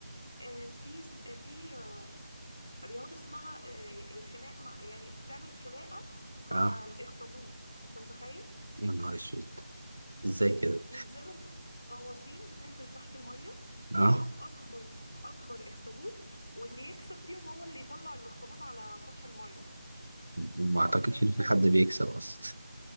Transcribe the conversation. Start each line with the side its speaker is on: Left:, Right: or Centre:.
Left: آه، في سم- آه، في آه، رياضة اسمها آه، الخناق مع يعني بتعمل خناقة مع
Right: اه
Left: الأخطبوط أنت متخيل؟
Right: يا نهار اسود ازاي كده؟
Left: ينزلوا الغ- الغواصين بتنزل تحت المية وتشوف
Right: اه
Left: أكبر أكبر أخطبوط واللي يكسب فيهم هو اللي يطلع الأخطبوط على سطح المية
Right: وما اعتقدش
Left: بس هي اتلغت
Right: ان في حد بيكسب اصلا